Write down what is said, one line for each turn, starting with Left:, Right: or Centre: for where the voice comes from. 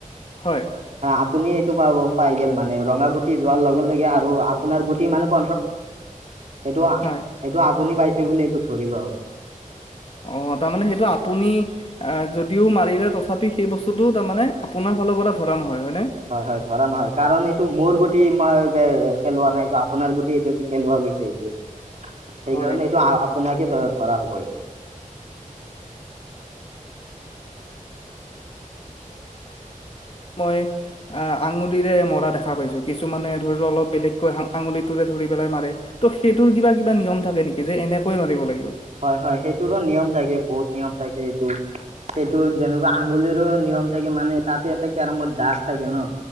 Left: হয়।
Right: আপুনি এইটো পা-পাই গ'ল মানে ৰঙা গুটি যোৱাৰ লগে লগে আৰু আপোনাৰ গুটি মানে ক সেইটো,
Left: হয়।
Right: সেইটো আপুনি পাইছে বুলি এইটো ধৰি লোৱা হ'ব।
Left: অ', তাৰমানে সেইটো আপুনি। আহ, যদিও মাৰিলে তথাপি সেই বস্তুতটো তাৰমানানে আপোনাৰ ফালৰ পৰা ধৰা নহয় হয় নে?
Right: হয়, হয় ধৰা নহয় কাৰণ এইটো মোৰ গুটি মই পেলোৱা নাই এইটো আপোনাৰ গুটি এইটো। পেলোৱা গৈছে এইটো, সেইকাৰণে
Left: হয়,
Right: এইটো আপোনাকে ধৰা হব এইটো।
Left: মই। আঙুলিৰে মৰা দেখা পাইছোঁ, কিছুমানে ধৰি লওক অলপ বেলেগকৈ আঙুলিটোৰে ধৰি পেলাই মাৰে। ত'সেইটোৰ কিবা, কিবা নিয়ম থাকে নেকি যে এনেকৈ মাৰিব লাগিব?
Right: হয়, হয় সেইটোৰো নিয়ম থাকে বহুত নিয়ম থাকে এইটো। সেইটো যেনেকুৱা আঙুলিৰো নিয়ম থাকে মানে তাতে এটা কেৰমত ডাচ থাকে ন।